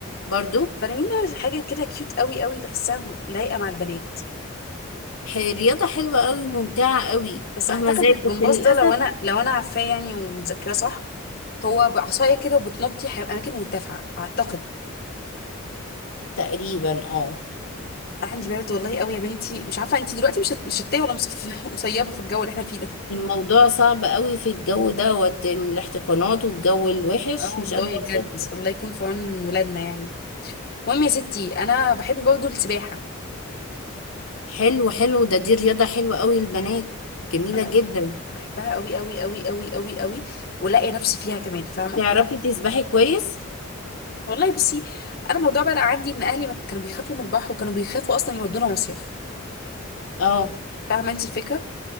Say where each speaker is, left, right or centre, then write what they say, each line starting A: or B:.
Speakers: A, on the left; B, on the left.
A: برضو
B: بلالين حاجه كده كيوت قوي قوي بحسها م- لايقه مع البنات
A: ح- رياضه حلوه قوي ممتعه قوي
B: بس
A: فاهمه
B: اعتقد
A: ازاي
B: الجمباز
A: بس للاسف
B: ده لو انا لو انا عارفاه يعني ومتذكراه صح هو بعصايه كده وبتنطي ح- اماكن مرتفعه اعتقد
A: تقريبا اه
B: انا عندي برد والله قوي يا بنتي مش عارفه انت دلوقتي مش مشتيه ولا مصف- <laughs> مصيفه في الجو اللي احنا فيه ده
A: الموضوع صعب قوي في الجو ده والاحتقانات والجو الوحش
B: اه والله
A: مش قادره
B: بجد
A: اوصف
B: الله يكون في عون ولادنا يعني المهم يا ستي انا بحب برضه السباحه
A: حلو حلو ده دي رياضة حلوة قوي للبنات جميلة
B: انا
A: جدا
B: بحبها قوي قوي قوي قوي قوي قوي ولاقي نفسي فيها كمان فاهمه
A: تعرفي تسبحي كويس
B: والله بصي انا الموضوع بقى عندي ان اهلي ما كانوا بيخافوا من البحر وكانوا بيخافوا اصلا يودونا مصيف
A: اه
B: فاهمه انت الفكره